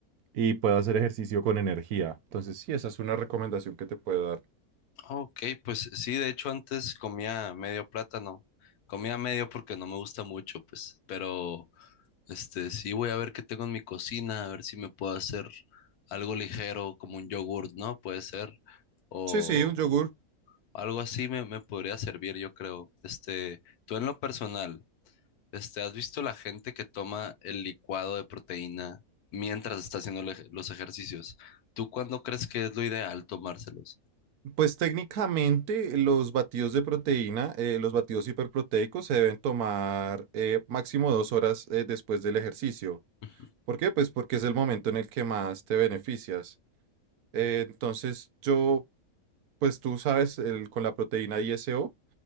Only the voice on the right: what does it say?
y puedo hacer ejercicio con energía. Entonces, sí, esa es una recomendación que te puedo dar.
Sí, sí, un yogur
Pues técnicamente los batidos de proteína, eh, los batidos hiperproteicos se deben tomar eh, máximo dos horas eh, después del ejercicio.
¿Por qué? Pues porque es el momento en el que más te beneficias. Eh, entonces yo, pues tú sabes, el- con la proteína ISO.